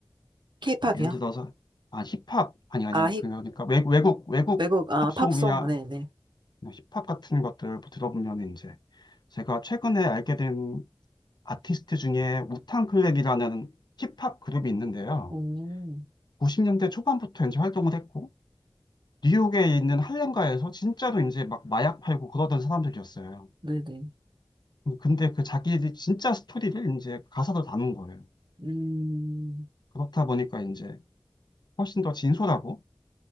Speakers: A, on the right; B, on the left.
A: 케이팝이요?
B: 예를 들어서, 아, 힙합, 아니, 아니,
A: 아,
B: 아니,
A: 힙,
B: 그러니까 외, 외국, 외국
A: 외국, 아,
B: 팝송이야.
A: 팝송, 네네.
B: 뭐 힙합 같은 것들을 들어보면 이제 제가 최근에 알게 된 아티스트 중에 우탕 클랩이라는 힙합 그룹이 있는데요.
A: 오,
B: 90년대 초반부터 이제 활동을 했고 뉴욕에 있는 할렘가에서 진짜로 이제 막 마약 팔고 그러던 사람들이었어요.
A: 네네.
B: 근데 그 자기들이 진짜 스토리를 이제 가사로 담은 거예요.
A: 음,
B: 그렇다 보니까 이제 훨씬 더 진솔하고